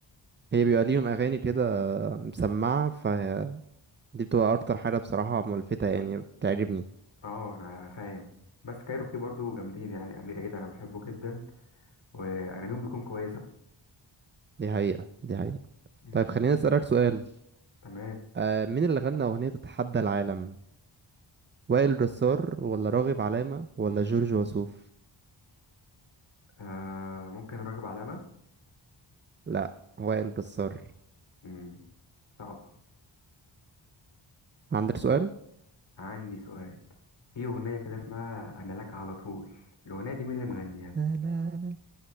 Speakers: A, on the right (about 25°); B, on the left (about 65°).
A: هي بيبقى ليهم اغاني كده مسمعة فدي بتبقى اكتر حاجة بصراحة ملفتة يعني بتعجبني
B: اه انا فاهم بس كايروكي برضو جامدين يعني امير عيد انا بحبه جدا واغانيهم بتكون كويسه
A: دي حقيقة دي حقيقة
B: امم
A: طيب خليني اسألك سؤال
B: تمام
A: آه مين اللي غنى اغنية تتحدى العالم وائل جسار ولا راغب علامة ولا جورج وسوف
B: آه ممكن راغب علامه
A: لا وائل جسار
B: امم صعبه
A: عندك سؤال
B: عندي سؤال في أغنية كده اسمها أنا لك على طول الأغنية دي مين اللي مغنيها
A: لا لا لا.